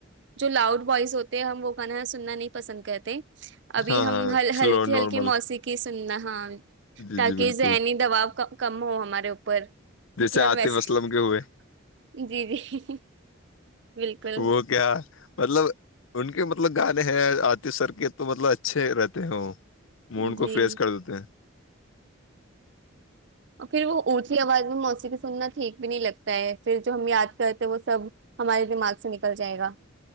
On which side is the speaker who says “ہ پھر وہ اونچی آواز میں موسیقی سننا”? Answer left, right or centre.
Right